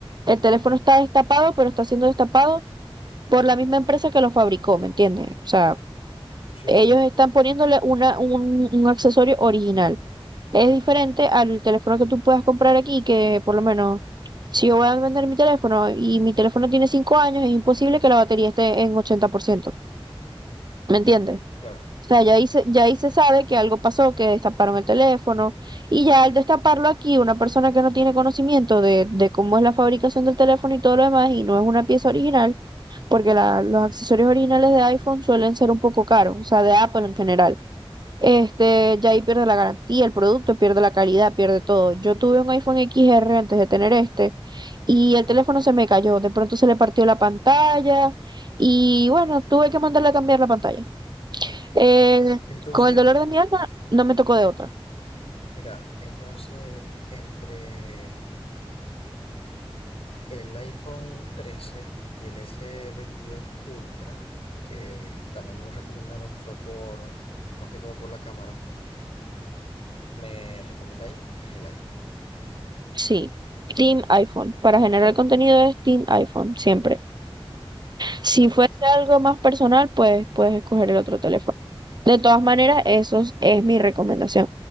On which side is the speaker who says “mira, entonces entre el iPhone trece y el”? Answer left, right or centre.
Left